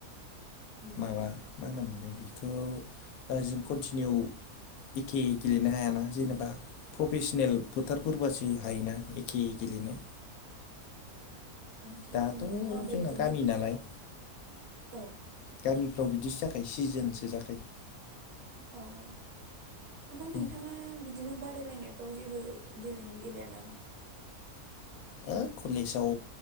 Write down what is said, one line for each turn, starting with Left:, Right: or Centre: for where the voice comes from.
Right: उम
Left: माबा मा होनोमोनलाय बे खौ जों कन्टिनिउ एखे गेलेनो हायाना जेनेबा प्रफेसनेल फोथारफोरबासो हायोना एखे गेलेनो।
Right: आदसा
Left: दाथ'
Right: नोंथाङा ओमफ्राय
Left: जोंना
Right: बिदिनो
Left: गामि नालाय
Right: औ
Left: गामिफ्राव बिदिसो जाख सिजोनसो जाखायो।
Right: अ। ओमफ्राय
Left: उम।
Right: नोंथाङा बिदिनो बादायलायनायफ्राव जेबो गेलेमु गेलेया नामा?
Left: ओ कलेजाव